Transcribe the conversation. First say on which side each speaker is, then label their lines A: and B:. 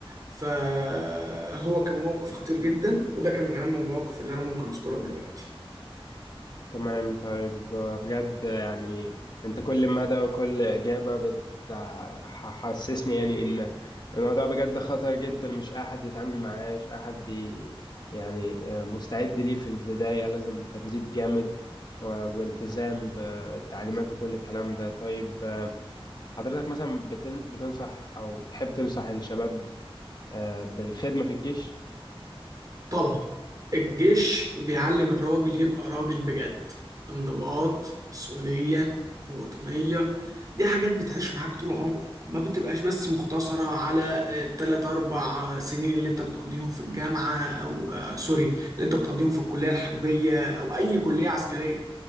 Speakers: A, on the right (about 40°); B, on the left (about 45°).
A: فهو كان موقف خطير جدا وده كان من أهم المواقف اللي أنا ممكن أذكرها دلوقتي
B: تمام طيب آه، بجد يعني انت كل مدى وكل اجابه بتحسسني يعني ان الموضوع بجد خطر جدا مش اي حد يتعامل معاه مش اي حد ي- يعني آه، مستعد ليه في البدايه لازم تدريب جامد و- والتزام بالتعليمات وكل الكلام ده طيب آه، حضرتك مثلا بتن- بتنصح او تحب تنصح الشباب آه، بالخدمه في الجيش
A: طبعا الجيش بيعلم الراجل يبقى راجل بجد انضباط مسؤولية وطنية دي حاجات بتعيش معاك طول عمرك ما بتبقاش بس مختصرة على التلات أربع سنين اللي أنت بتقضيهم في الجامعة أو آه، سوري اللي أنت بتقضيهم في الكلية الحربية أو أي كلية عسكرية